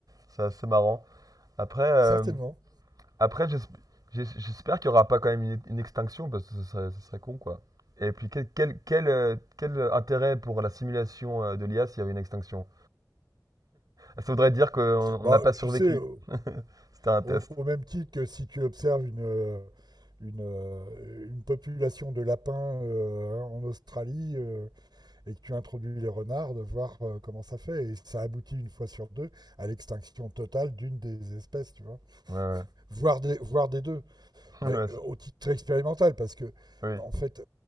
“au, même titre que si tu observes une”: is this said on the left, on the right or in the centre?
Right